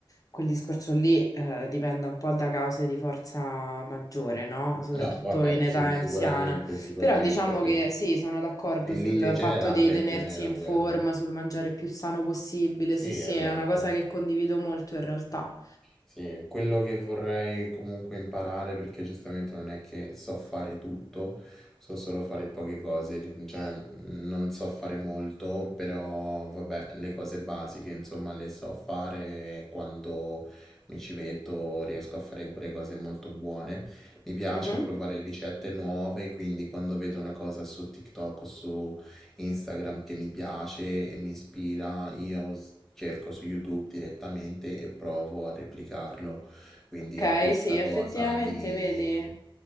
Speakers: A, on the left; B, in the centre.
A: quel discorso lì eh, dipenda un po' da cause di forza maggiore, no? Soprattutto
B: No, vabbè,
A: in età
B: su-
A: anziana.
B: sicuramente, sicuramente,
A: Però diciamo
B: però
A: che sì, sono d'accordo
B: in
A: sul
B: linea generale
A: fatto di tenersi
B: è più o meno
A: in
B: quello.
A: forma, sul mangiare più sano possibile.
B: Sì,
A: Sì, sì,
B: esatto.
A: è una cosa che condivido molto in realtà.
B: Sì, quello che vorrei comunque imparare, perché giustamente non è che so fare tutto, so solo fare poche cose, ri- cioè non so fare molto, però vabbè, le cose basiche insomma le so fare e quando mi ci metto riesco a fare pure cose molto buone. Mi piace
A: Mhm.
B: provare ricette nuove, quindi quando vedo una cosa su TikTok o su Instagram che mi piace e mi ispira, io s- cerco su YouTube direttamente e provo a replicarlo. Quindi
A: Ok,
B: ho questa
A: sì, effettivamente,
B: cosa di...
A: vedi,